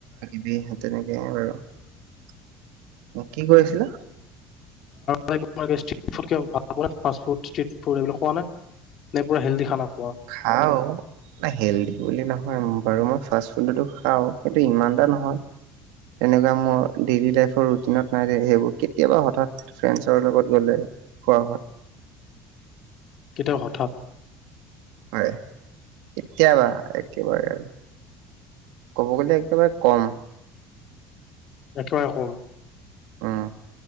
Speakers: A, on the right (about 85°); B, on the left (about 40°).
A: এইহে তেনেকে বাৰু কি কৈছিলা?
B: ভ ফুষ্ট ফুড এইবিলাক খোৱা নাই নে পুৰা হেল্ড খানা খোৱা
A: খাও নে হেল্ডি বুলি নহয় বাৰু মই ফাষ্ট ফুডো খাওঁ সেই ইমান এটা নহয় তেনেকুৱা মোৰ ডেইলি লাইফৰ ৰুতিনত নাই দেই সেইবোৰ কেতিয়াবা হঠাৎ ফ্ৰেডছৰ লগত গ'লে খোৱা হয়।
B: গীটৰ হঠাৎ
A: হয় কেতিয়াবা একেবাৰে আৰু ক'ব গ'লে একেবাৰে কম।
B: একেবা ৰকম
A: অ